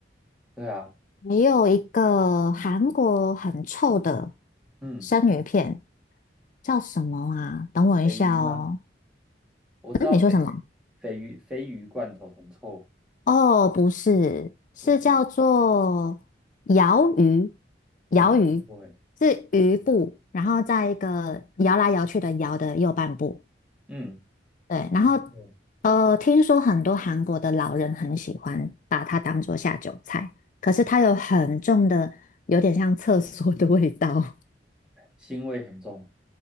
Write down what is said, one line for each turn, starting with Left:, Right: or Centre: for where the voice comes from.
Centre: 对啊，
Left: 还有一个韩国很臭的
Centre: 嗯，
Left: 生鱼片，叫什么啊？等我一下哦。
Centre: 鲱鱼吗？我知道鲱鱼鲱鱼鲱鱼罐头很臭，
Left: 嗯，你说什么？哦，不是，是叫做摇鱼，
Centre: 不是？
Left: 摇鱼
Centre: 我没听过哎，
Left: 是鱼部，
Centre: 没听过。
Left: 然后在一个摇来摇去的摇的右半部。
Centre: 嗯，
Left: 对，然后
Centre: 嗯
Left: 呃，听说很多韩国的老人很喜欢把它当做下酒菜，可是它有很重的，有点像厕所的味道。
Centre: 腥味很重。